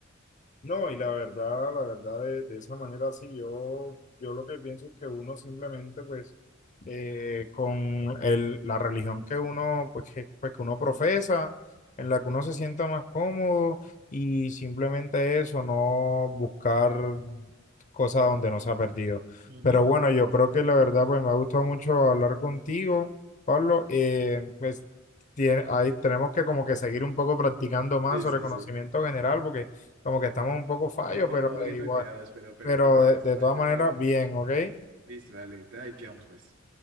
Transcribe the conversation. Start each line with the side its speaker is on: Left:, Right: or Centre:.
Left: No, y la verdad, la verdad, de, de esa manera sí, yo, yo lo que pienso es que uno simplemente, pues, eh, con el, la religión que uno, pues que, pues, que uno profesa, en la que uno se sienta más cómodo, y simplemente eso, no buscar cosas donde no se ha perdido.
Right: Ujú.
Left: Pero bueno, yo creo que la verdad, pues, me ha gustado mucho hablar contigo, Pablo, eh, pues, tiene- ahí tenemos que como que seguir un poco practicando más
Right: Sí,
Left: sobre
Right: sí,
Left: conocimiento
Right: sí.
Left: general, porque como que estamos un poco fallos,
Right: Un, po-
Left: pero
Right: un poquito
Left: de igual,
Right: quedados, pero, pero,
Left: pero
Right: pero me
Left: de,
Right: gustó.
Left: de
Right: Hay,
Left: todas
Right: hay
Left: maneras,
Right: algo.
Left: bien, ¿ok?
Right: Listo, dale. Ahí quedamos, pues.